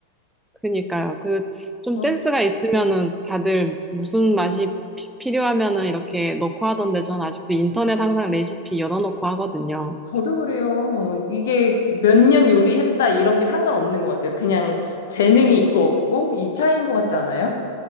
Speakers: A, in the centre; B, on the left (about 60°).
A: 그니까요. 그 좀
B: 어,
A: 센스가 있으면은 다들 무슨 맛이 피- 필요하면은 이렇게 넣고 하던데 전 아직도 인터넷 항상 레시피 열어놓고 하거든요.
B: 저도 그래요. 이게 몇 년 요리했다, 이런 게 상관없는 것 같아요. 그냥 재능이 있고 없고, 이 차이인 것 같지 않아요?